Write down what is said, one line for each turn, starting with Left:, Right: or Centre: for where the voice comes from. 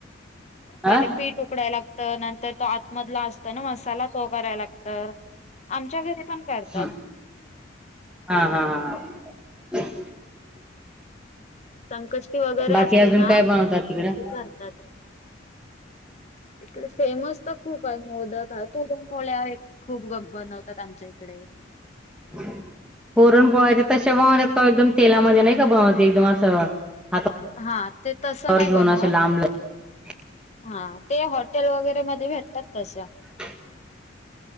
Left: पहिले
Centre: आ
Left: पीठ उकडायला लागत नंतर तो आत मधला असत ना मसाला तो कराय लागत, आमच्या घरी पण करतात.
Centre: हा हा हा हा.
Left: संकष्टी वगैरे
Centre: बाकी
Left: असली
Centre: अजून
Left: ना
Centre: काय बनवतात
Left: की
Centre: तिकडं
Left: करतात? इकड फेमस तर खूप आहे मोदकात पुरण पोळ्या एक खूप जण बनवतात. आमच्या इकडे
Centre: ह पुरण पोळ्या त्या तशा बनवतात, का एकदम तेलामध्ये नाही का बनवत एकदम असं! हातात हातावर
Left: हां, ते तसं नाही
Centre: घेऊन
Left: बनवत.
Centre: असे लांब लचक
Left: हा ते हॉटेल वगैरे मध्ये भेटतात तशा
Centre: <inaudible>